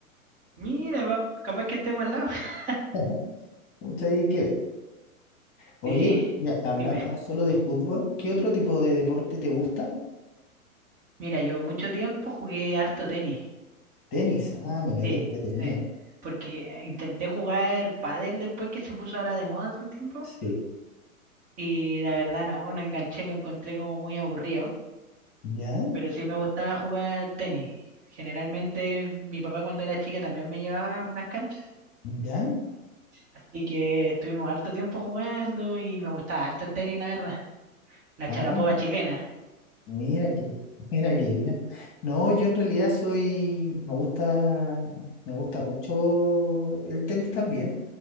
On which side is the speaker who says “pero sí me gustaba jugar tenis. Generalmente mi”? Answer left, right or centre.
Right